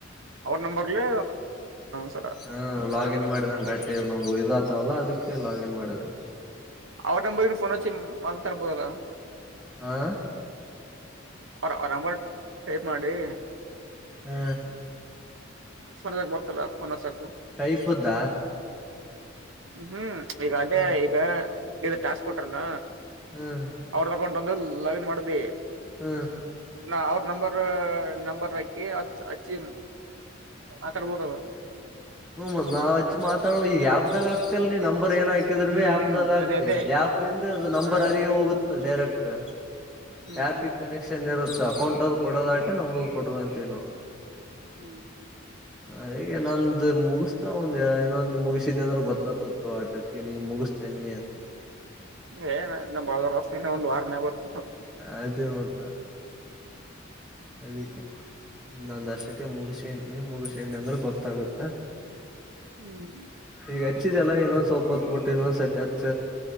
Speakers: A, on the right (about 80°); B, in the centre.
A: ಅವ್ರ ನಂಬರ್ಲೆ <unintelligible>
B: ಹಾ ಲಾಗಿನ್ ಮಾಡಿದಂಗ ಗಟ್ಟಿ ನಮ್ದು ಇದು ಆತವಲ್ಲ ಅದಕ್ಕೆ ಲಾಗಿನ್ ಮಾಡಿದ್ರೆ
A: ಅವರ ನಂಬರ್ ಇದ್ರೆ ಫೋನ್ ಹಚ್ಚಿ ಮಾತಾಡಬಹುದಲ್ವಾ.
B: ಹಾ
A: ಅವ್ರ ಅಮೌಂಟ್ ಪೇ ಮಾಡಿ.
B: ಹ್ಮ
A: <unintelligible> ಫೋನ್ ಹಚ್ಚಕ್ಕಾ
B: ಟೈಪುದ್ದ.
A: ಹ್ಮ್ ಆಟೇ
B: ಹ
A: ಈಗ ಅದೇ ಟಾಸ್ಕ್ ಕೊಟ್ರಲ್ಲ.
B: ಹ್ಮ್
A: ಅವ್ರ ಅಕೌಂಟ್ ಲಾಗಿನ್ ಮಾಡಿದಿ.
B: ಹ್ಮ್
A: ನಾ ಅವ್ರ ನಂಬರ್ ನಂಬರ್ ಹಾಕಿ ಅದಿಕ್ಕೆ. ಮಾತಾಡಬಹುದೇನಾ.
B: ಹ್ಮ ನಾ ಅಚ್ಚು ಮಾತಾಡೋ ಈಗ ಆ್ಯಾ್ದಾಗ ಆಗ್ತಿಲ್ ನೀ ನಂಬರ್ ಏನ ಆ್ತತಿ. ಹಾಕಿದ್ರ
A: ಹ್ಮ್
B: ಆಪ್ದಾಗ
A: ಹ್ಮ್
B: ಆಗ್ತಿವಿ
A: ಅದೇ ಅದೇ
B: ಆಪ್ಲಂದ ಅ ನಂಬರ್
A: ಹ
B: ಅಲ್ಲಿಗೆ ಹೋಗುತ್ತ ಡೈರೆಕ್ಟ್.
A: ಹ್ಮ್
B: ಆಪಿಗೆ
A: ಹ್ಮ್
B: ಕನೆಕ್ಷನ್ ಇರುತ್ತೆ ಅಕೌಂಟದ ಕೊಡೋದ ಆಟೆ ನಮದು ಕೊಟ್ಕೊಂತೀವಿ ನಾವು.
A: ಹ್ಮ್ ಹ್ಮ್
B: ಅದಿಕ್ಕೆ ನಂದು ಮುಗಿಸ್ತಾ ಒಂದ್ ಇನ್ನೊಂದು ಮುಗಿಸಿದಿ ಅಂದ್ರೆ ಗೊತ್ತಾತತ್ತು ಆ ಟಟ್ಟಿಗೆ ನೀ ಮುಗಿಸೀತಿನಿ.
A: ಏ ರೊಕ್ಕ ಇಲ್ಲ ಇನ್ನ ಒಂದು ವಾರ ಮೇಲೆ ಗೊತ್ತಾ.
B: ಅದೇ ಮತ್ತೆ. ಅದಕ್ಕೆ ನಷ್ಟೊಟ್ಟಿಗೆ ಮುಗಿಸ ಮುಗಿಸ್ಣಿ ಅಂದ್ರೆ ಗೊತ್ತಾಗುತ್ತೆ.
A: ಹ್ಮ್.
B: ಈಗ ಹಚ್ಚಿದಲ್ಲ ಇನ್ನೊಂದ ಸ್ವಲ್ಪ ಹೊತ್ತು ಬಿಟ್ಟು ಇನ್ನೊಂದ್ ಸತಿ ಹಚ್ಚ.